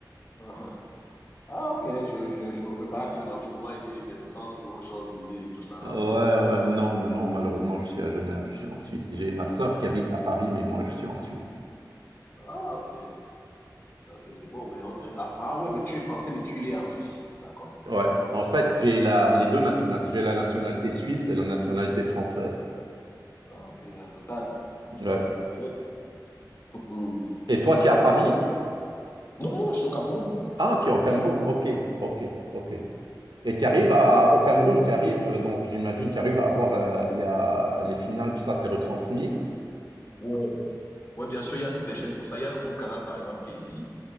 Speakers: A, on the left (about 35°); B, on the right (about 85°).
A: Ah, ah, ok. Je, je, je me prépare à te demander comment était l'effervescence aux Champs-Élysées et tout ça là.
B: Ouais, ouais, non, mais non, malheureusement, je suis à Genève, je suis en Suisse. J'ai ma sœur qui habite à Paris, mais moi, je suis en Suisse.
A: Ah, ok. Ok, c'est bon, mais on dirait. Ah, ah ouais, mais tu es français, mais tu es en Suisse. D'accord.
B: Ouais, en fait, j'ai la, les deux nationalités. J'ai la nationalité suisse et la nationalité française.
A: Ah, ok, la totale.
B: Ouais.
A: C'est parfait. Mhm.
B: Et toi, tu es à Paris?
A: Ah ouais, c'est bon. Non, non, non, je suis au Cameroun.
B: Ah, tu
A: Je
B: es au Cameroun.
A: suis... du-
B: OK, OK, OK. Et tu arrives à,
A: Euh,
B: au Cameroun, tu arrives, donc j'imagine, tu arrives à voir, euh, il y a les finales, tout ça, c'est retransmis.
A: Ouais. Ouais, bien sûr, il y a toutes les chaînes pour ça. Il y a le groupe Canal, par exemple, qui est ici.